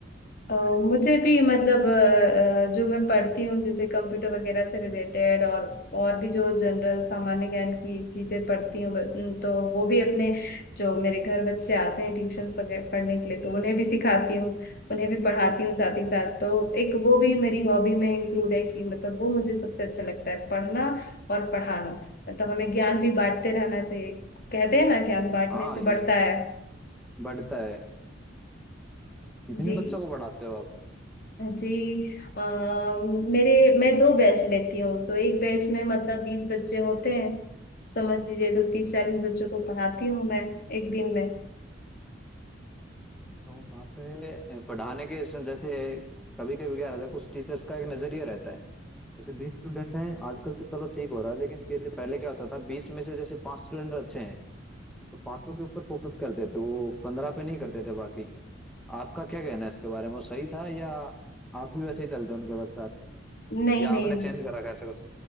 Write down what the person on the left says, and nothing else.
अ, मुझे भी मतलब अ, अ, जो मैं पढ़ती हूँ जैसे कंप्यूटर वगैरह से रिलेटेड और और भी जो जनरल सामान्य ज्ञान की चीजें पढ़ती हूँ ब- न, तो वो भी अपने जो मेरे घर बच्चे आते हैं ट्यूशन पढ़ने के लिए तो उन्हें भी सिखाती हूँ उन्हें भी पढ़ाती हूँ साथ ही साथ तो एक वो भी मेरी हॉबी में इंक्लूड है कि मतलब वो मुझे सबसे अच्छा लगता है पढ़ना और पढ़ाना मतलब हमें ज्ञान भी बांटते रहना चाहिए कहते हैं ना ज्ञान बांटने
से बढ़ता
है
जी
जी अ, मेरे मैं दो बैच लेती हूँ तो एक बैच में मतलब बीस बच्चे होते हैं समझ लीजिए तो तीस चालीस बच्चों को पढ़ाती हूँ मैं एक दिन में
नहीं
नहीं